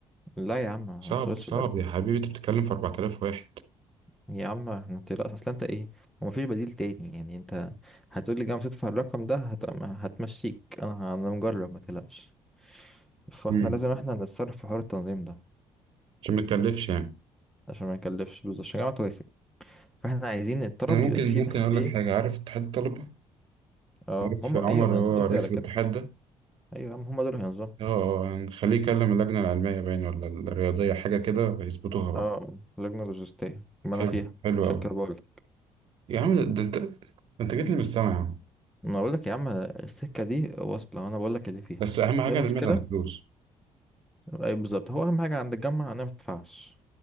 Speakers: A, in the centre; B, on the right (about 50°).
A: لا يا عم ما
B: صعب
A: تشغلش
B: صعب
A: بالك
B: يا حبيبي أنت بتتكلم في 4000 واحد
A: يا عم ما تقلقش اصل انت ايه هو مفيش بديل تاني يعني انت هتقول لي جامعة تدفع الرقم ده هت... هتمشيك انا انا مجرب ما تقلقش فاحنا
B: مم.
A: لازم احنا نتصرف في حوار التنظيم ده
B: عشان ما تكلفش يعني
A: عشان ما يكلفش بالظبط عشان الجامعة توافق فاحنا عايزين الطلب
B: أنا ممكن
A: يبقى فيه
B: ممكن
A: بس
B: أقول
A: ايه
B: لك حاجة عارف اتحاد الطلبة
A: اه
B: عارف
A: هم
B: عمر
A: ايوه
B: اللي
A: ما
B: هو
A: انا قصدي
B: رئيس
A: على كده
B: الاتحاد ده
A: ايوه يا عم هم دول هينظموا
B: اه آه، هنخليه يكلم اللجنة العلمية باين ولا الرياضية حاجة كده يظبطوها بقى
A: اه لجنة لوجستية ما
B: حلو
A: انا فيها
B: حلو
A: عشان
B: أوي
A: كده بقول لك
B: يا عم ده أنت ده أنت جيت لي من السما يا عم
A: ما انا بقول لك يا عم السكة دي واصلة وانا بقول لك اللي فيها
B: بس أهم حاجة
A: ايه المشكلة
B: اللي على الفلوس
A: اي بالظبط هو اهم حاجة عند الجامعة انا ما تدفعش